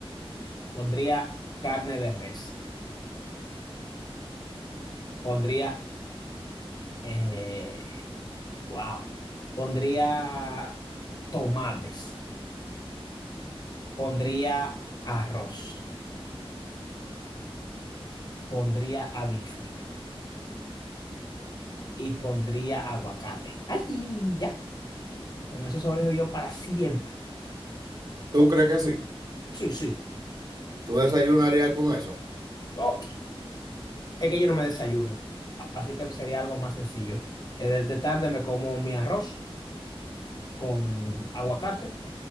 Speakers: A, on the left; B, on the right.
A: pondría carne de res, pondría, eh, wow, pondría tomates, pondría arroz, pondría habichuela y pondría aguacate. ¡Ay, ya! Con eso sobrevivo yo para siempre.
B: ¿Tú crees que sí?
A: Sí, sí.
B: ¿Tú desayunarías con eso?
A: Oh, es que yo no me desayuno. Así que sería algo más sencillo. Eh, De de tarde me como mi arroz con aguacate